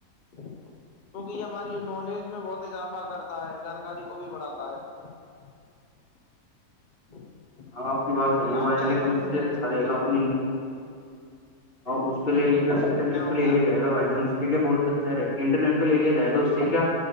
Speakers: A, on the left; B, on the left.
A: کیونکہ یہ ہماری نالج میں بہت اضافہ کرتا ہے جانکاری کو بھی بڑھاتا ہے <inaudible> <inaudible>
B: ہاں آپ کی بات صحی
A: اور
B: ہے ہو
A: آپ
B: با ج
A: چاہیں
B: لیکن
A: تو
B: اس
A: انٹرنیٹ
B: سے اچھا
A: کو
B: رہے
A: دیکھ
B: گا اپ
A: لیں
B: ہاں اس پہ لے لیج جس انٹرنیٹ
A: کیا ہو
B: پہ لے
A: گیا
B: لیا جائے گا بھائی جان اس بہت اچھا رہے انٹرنیٹ پہ لے لیا جائے گا اس سے کیا